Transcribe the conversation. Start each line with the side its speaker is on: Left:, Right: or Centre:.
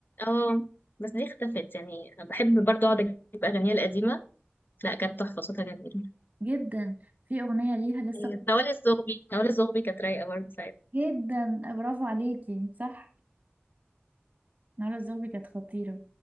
Left: اه بس دي اختفت يعني أنا بحب برضه اقعد اجيب اغانيها القديمة لا كانت تحفة صوتها جميل
Right: جدا في أغنية ليها لسه
Left: أيوة، نوال الزغبي نوال الزغبي كانت رايقة برضه
Right: جدا برافو عليكي صح نهار الزوبي كانت خطيرة